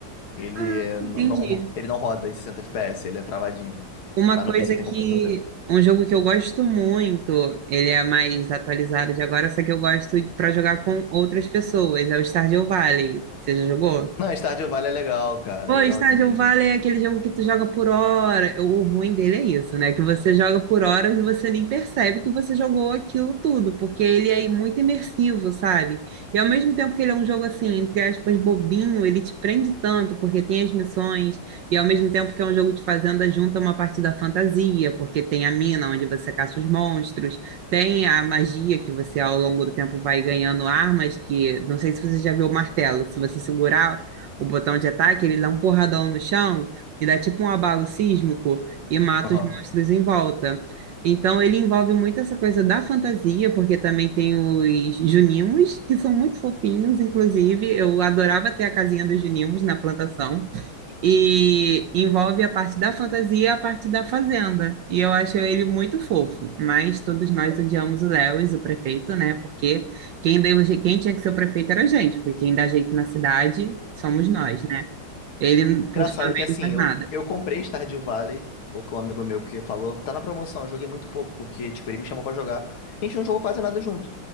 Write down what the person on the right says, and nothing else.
Ah,
Entendi.
Uma
coisa
que.
Um jogo que eu gosto muito, ele é mais atualizado de agora, só que eu gosto pra jogar com outras pessoas, é o Stardew Valley. Você já jogou?
Pô,
Stardew Valley é aquele jogo que tu joga por hora. O ruim dele é isso, né? Que você joga por horas e você nem percebe que você jogou aquilo tudo, porque ele é muito imersivo, sabe? E ao mesmo tempo que ele é um jogo assim, entre aspas, bobinho, ele te prende tanto, porque tem as missões, e ao mesmo tempo que é um jogo de fazenda, junta uma parte da fantasia, porque tem a mina onde você caça os monstros, tem a magia que você ao longo do tempo vai ganhando armas, que não sei se você já viu o martelo, que se você segurar o botão de ataque, ele dá um porradão no chão e dá tipo um abalo sísmico e mata
os monstros em volta. Então ele envolve muito essa coisa da fantasia, porque também tem os Junimos, que são muito fofinhos, inclusive. Eu adorava ter a casinha dos Junimos na plantação. E envolve a parte da fantasia e a parte da fazenda. E eu acho ele muito fofo. Mas todos nós odiamos o Lewis, o prefeito, né? Porque quem deu, je- quem tinha que ser o prefeito era a gente, porque quem dá jeito na cidade somos nós, né? Ele,
por sua vez,
não faz
nada.